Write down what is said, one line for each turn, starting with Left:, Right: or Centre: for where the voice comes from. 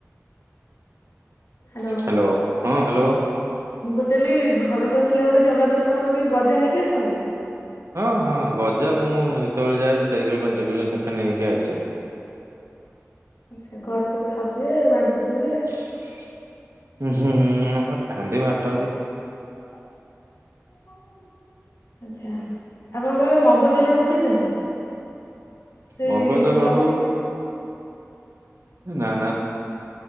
Left: ହ୍ୟାଲୋ
Right: ହ୍ୟାଲୋ ହଁ ହ୍ୟାଲୋ।
Left: ମୁଁ ପଚାରିଲି ଘରକୁ ଆସିଲା ବେଳେ ଜଗା ଦର୍ଶନ କରିକି ଗଜା ନେଇକି ଆସନ୍ତି?
Right: ହଁ ହଁ ଗଜା ମୁଁ ଯେତେବେଳେ ଯାଏ ଦି ଚାରି କିଲ ପାଞ୍ଚ କିଲୋ ଲେଖା ନେଇକି ଆସେ।
Left: ଆଛା ଘରେ ସବୁ ଖାଉଥିବେ ବାଣ୍ଟୁଥିବେ।
Right: <inaudible> ଉଁ ହୁଁ ହଁ ଖାଆନ୍ତି ବାଣ୍ଟନ୍ତି।
Left: <inaudible> ଆଚ୍ଛା ଆପଣ କେବେ ମଗଜ ଲଡୁ ଖାଇଛନ୍ତି? ସେଇ
Right: ମଗଜା ଲଡୁ
Left: ଲକ୍ଷ୍ମି
Right: ହେ ନାନା